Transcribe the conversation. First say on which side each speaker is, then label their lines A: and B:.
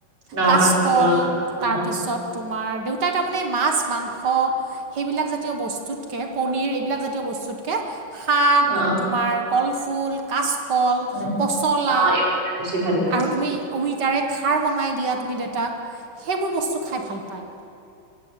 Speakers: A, on the right; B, on the right.
A: নকাচ
B: কাচকল
A: কলা
B: তাৰপিছত
A: অ',
B: তোমাৰ দেউতাই তাৰমানে মাছ - মাংস সেইবিলাক জাতীয় বস্তুতকে পনীৰ এইবিলাক জাত তীয় বস্তুতকে শাক,
A: অ',
B: তোমাৰ কলফুল কাচকল,
A: উম,
B: পচলা
A: অ', এইবোৰ খাই বেছি ভাল পায়।
B: আৰু তুমি অমিতাৰে খাৰ বনাই দিয়া তুমি দেউতাক সেইবোৰ বস্তু খাই ভাল পায়।